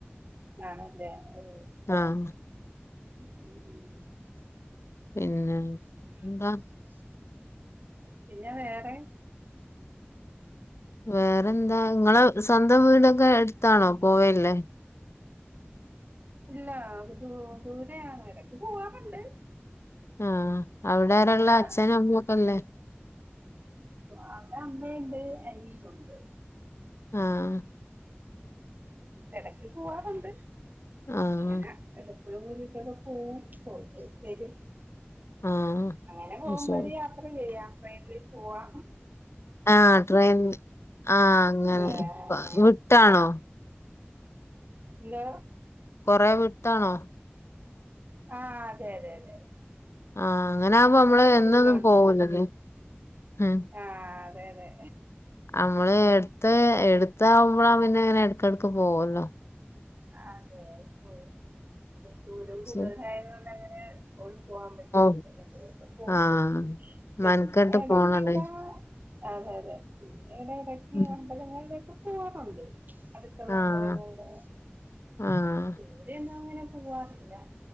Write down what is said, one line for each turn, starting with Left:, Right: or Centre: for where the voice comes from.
Right: ആണല്ലെ ഓ
Left: ആഹ്
Right: <inaudible>
Left: പിന്നെ എന്താ
Right: പിന്നെ വേറെ
Left: വേറെന്താ നിങ്ങളെ സ്വന്തം വീടൊക്കെ അടുത്താണോ പോവല്ലേ
Right: ഇല്ല ദൂ ദൂരെയാണ് എടക്ക് പോവാറുണ്ട്
Left: ആഹ് അവിടെ ആരാള്ളെ
Right: ആഹ്
Left: അച്ഛനും അമ്മേം ഒക്കെല്ലേ
Right: അവിടെ അമ്മുണ്ട് അനിയാനുംണ്ട്
Left: ആഹ്
Right: എടയ്ക്ക് പോവാറുണ്ട്
Left: ആഹ്
Right: ഇങ്ങനെ ഒഴിവ് കിട്ടുമ്പൊ പോകും പോയിട്ട് വെരും
Left: ആഹ്
Right: അങ്ങനെ പോമ്പഴ്
Left: അയ്ശരി
Right: യത്ര ചെയ്യ ട്രൈയിനിൽ പോവാ
Left: ആഹ് ട്രെയിൻ ആഹ് അങ്ങനെ
Right: ആഹ്
Left: പ്പ വിട്ടാണോ
Right: എന്തോ
Left: കൊറെ വിട്ടാണോ
Right: <unintelligible> ആഹ് അതെ തെ അതെ
Left: ആഹ് അങ്ങനെ ആകുമ്പോ നമ്മള്
Right: കൊറച്ച്
Left: എന്നൊന്നും
Right: ദൂരമുണ്ട്
Left: പോകൂലല്ലേ എഹ്
Right: ആഹ് അതെ അതെ
Left: നമ്മള് എടുത്ത് എടുത്ത് ആകുമ്പോഴാ പിന്നെ ഇങ്ങനെ എടക്ക് എടക്ക് പോവല്ലോ
Right: ആഹ് അതെ പോ ദൂരം കൂടുതലായതുകൊണ്ട്
Left: ശരി
Right: അങ്ങനെ ഓടി പോവാൻപറ്റില്ലല്ലോ
Left: ഓ
Right: ഇടക്ക് പോകും
Left: ആഹ്
Right: പിന്നെ
Left: മനക്കെട്ട്
Right: ഇടക്ക്
Left: പോണല്ലേ
Right: ഇടാ അതെ അതെ പിന്നെ ഇവടെ ഇടക്ക്
Left: ഉം
Right: അമ്പലങ്ങളിലൊക്കെ പോവാറുണ്ട് അടുത്തുള്ള
Left: ആഹ്
Right: അമ്പലങ്ങളില്
Left: ആഹ്
Right: ഇവിടെ ഒന്നും അങ്ങനെ പോവാറില്ല